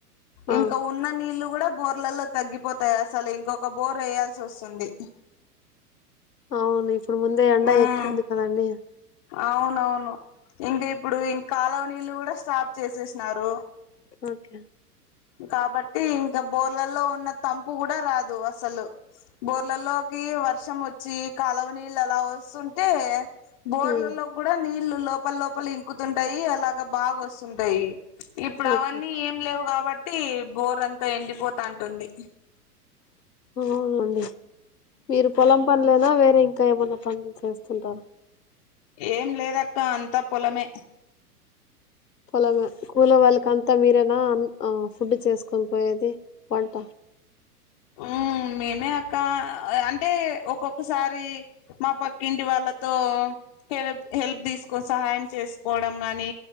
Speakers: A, on the left; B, on the left.
A: ఆ!
B: ఇంకా ఉన్న నీళ్ళు కూడా బోర్లలో తగ్గిపోతయి, అసలు ఇంకొక బోర్ ఏయాల్సి వస్తుంది.
A: అవునిఫ్ ఇప్పుడు, ముందే ఎండ
B: మ్మ్
A: ఎక్కువ ఉంది కదండీ.
B: అవునవును, ఇంక ఇప్పుడు ఇం కాలవ నీళ్ళు కూడా స్టాప్ చేసేసినారు.
A: ఓకే రా
B: కాబట్టి ఇంకా బోర్లలో ఉన్న తంపు గుడా రాదు అస్సలు. బోర్లలోకి వర్షం వచ్చి కాలవ నీళ్ళు అలా వస్తుంటే. బోర్లల్లోగ్గుడా
A: హ్మ్.
B: నీల్ ళ్ళు లోపల లోపల ఇంకుతుంటయి, అలాగా బాగా వస్తుంటయి. ఇప్పుడు
A: ఓకే.
B: అవన్నీ ఏం లేవు కాబట్ తి బోర్ అంతా ఎండిపోతా అంటుంది.
A: అవునండి. మీరు పొలం పనులేన? వేరే? ఇంకా, ఏమన్నా పనులు చేస్తుంటారా?
B: ఏం లేదక్క, అంతా పొలమే.
A: పొలమే, కూలో వాళ్ళకి అంతా మీరేనా అన్ ఆ ఫుడ్ చేసుకొని పోయేది వంట?
B: హ్ మేమే అక్క అంటే, ఒక్కొక్కసారి మా పక్కింటి వాళ్ళతో, హెలప్ హెల్ప్ తీసుకో సహాయం చేసుకోవడం గాని